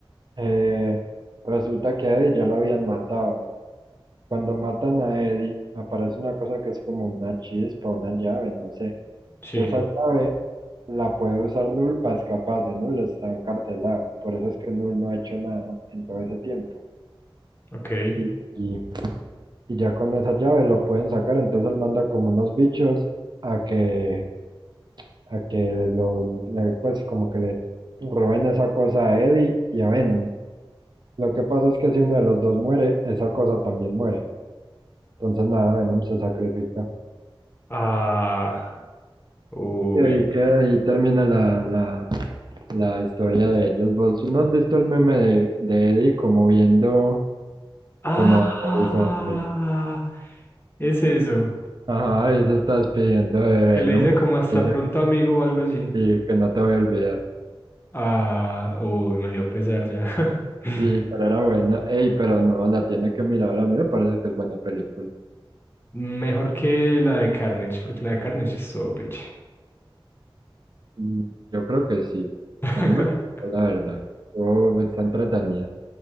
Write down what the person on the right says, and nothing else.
Eh, resulta que a Eddie ya lo habían matado. Cuando matan a Eddie, aparece una cosa que es como una chispa, una llave, no sé.
Esa llave la puede usar Null para escaparse. Null está encarcelado. Por eso es que Null no ha hecho nada en todo ese tiempo.
Y, y, y ya con esa llave lo pueden sacar. Entonces él manda como unos bichos a que, a que lo, le- pues como que le roben esa cosa a Eddie y a Venom. Lo que pasa es que si uno de los dos muere, esa cosa también muere. Entonces nada, Venom se sacrifica.
Y ahí, que- ahí termina la, la, la historia de ellos. ¿Vos no has visto el meme de, de Eddie como viendo
como al horizonte?
Ajá, y se está despidiendo de Venom,
pues
dice
sí, que no te voy a olvidar.
Sí, pero era buena. Ey, pero no, la tiene que mirar. A mí me parece que es buena película.
Mm, Yo creo que sí.
A mí me gustó, la verdad. Oh, está entretenida.